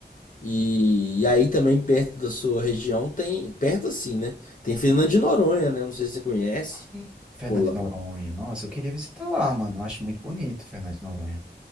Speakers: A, on the left; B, in the centre.
A: E, e aí também perto da sua região tem, perto assim, né? Tem Fernando de Noronha, né? Não sei se você conhece.
B: Hum. Fernando
A: Pô, lá,
B: de Noronha, nossa, eu queria visitar lá, mano. Eu acho muito bonito Fernando de Noronha.